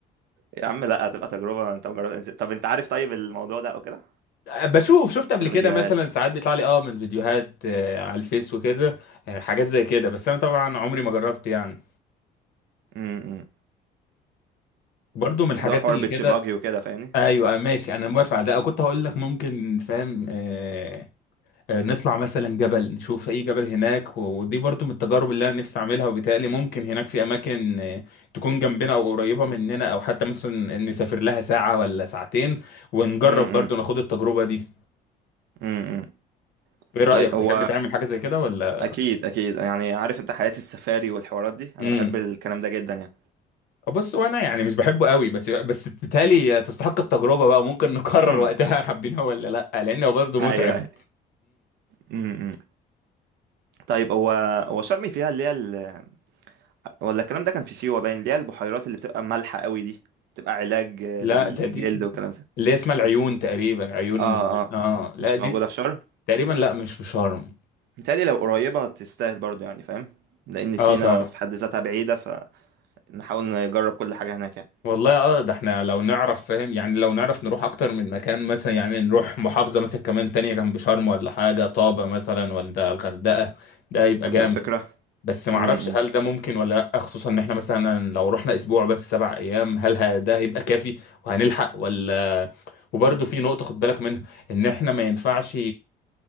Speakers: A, on the right (about 75°); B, on the left (about 70°).
A: يا عم لا هتبقى تجربة انت مجرد طب انت عارف طيب الموضوع ده او كده
B: بشوف شفت قبل
A: في الفيديوهات
B: كده مثلا ساعات بيطلع لي اه من فيديوهات آه، على الفيس وكده آه، حاجات زي كده بس انا طبعا عمري ما جربت يعني
A: امم امم.
B: برضو من الحاجات
A: اللي هو حوار
B: اللي
A: بيتش
B: كده
A: باجي وكده فاهمني
B: ايوه أيوة، ماشي انا موافق على ده أو كنت هقول لك ممكن فاهم آه آه نطلع مثلا جبل نشوف اي جبل هناك ودي برضو من التجارب اللي انا نفسي اعملها وبالتالي ممكن هناك في اماكن آه تكون جنبنا او قريبه مننا او حتى مثلا نسافر لها ساعه ولا ساعتين ونجرب
A: امم امم
B: برضو ناخد التجربه دي
A: امم، امم.
B: ايه رايك
A: طيب
B: تحب
A: هو
B: تعمل حاجه زي كده ولا
A: اكيد اكيد يعني عارف انت حياة السفاري والحوارات دي انا
B: امم
A: بحب الكلام ده جدا يعني
B: بص وانا يعني مش بحبه قوي بس بس بالتالي تستحق التجربه بقى ممكن نقرر
A: امم
B: وقتها حابينها ولا لا لانه برضو متعب
A: ايوه ايوه امم، امم. طيب هو هو شرم فيها اللي هي ال... ولا الكلام ده كان في سيوة باين اللي هي البحيرات اللي بتبقى مالحة قوي دي بتبقى علاج آه،
B: لا
A: للجلد
B: ده دي
A: والكلام ده
B: اللي هي اسمها العيون تقريبا عيون
A: اه اه
B: اه لا
A: مش
B: دي
A: موجودة في شرم
B: تقريبا لا مش في شرم
A: متهيألي لو قريبة تستاهل برضو يعني فاهم لأن
B: اه
A: سينا
B: طبعا
A: في حد ذاتها بعيدة فنحاول نجرب كل حاجة هناك يعني
B: والله اه ده احنا لو نعرف فاهم يعني لو نعرف نروح اكتر من مكان مثلا يعني نروح محافظة مثلا كمان تانية جنب شرم ولا حاجة طابة مثلا ولا الغردقة ده يبقى
A: فده
B: جامد
A: فكرة
B: بس ما
A: امم
B: اعرفش هل ده ممكن ولا لا خصوصا ان احنا مثلا لو رحنا اسبوع بس سبع ايام هل ه- ده هيبقى كافي وهنلحق ولا وبرضه في نقطة خد بالك منها ان احنا ما ينفعش